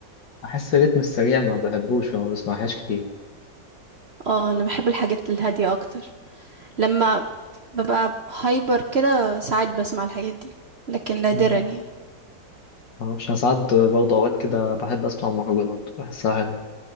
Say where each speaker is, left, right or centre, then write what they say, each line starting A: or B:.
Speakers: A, on the left (about 75°); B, on the right (about 50°).
A: بحس الريتم السريع ما بحبوش فما بسمعهاش كتير
B: اه انا بحب الحاجات الهادية اكتر لما ببقى هايبر كده ساعات بسمع الحاجات دي لكن نادرا
A: مم.
B: يعني
A: معرفش أنا ساعات برضه أوقات كده بحب أسمع مهرجانات بحسها حلوة